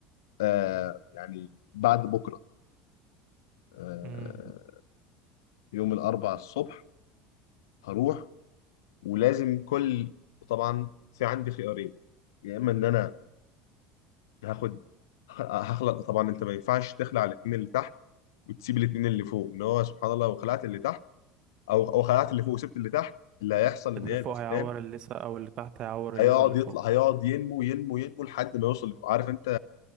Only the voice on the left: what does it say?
آه يعني بعد بكره آه
يوم الاربعاء الصبح هروح ولازم كل طبعا في عندي خيارين يا اما ان انا هاخد هخلق طبعا انت ما ينفعش تخلع الاثنين اللي تحت وتسيب الاثنين اللي فوق اللي هو سبحان الله لو خلعت اللي تحت او او خلعت اللي فوق وسبت اللي تحت اللي هيحصل ان
هي
الاسنان
هيقعد
يطلع هيقعد ينمو ينمو ينمو لحد ما يوصل عارف انت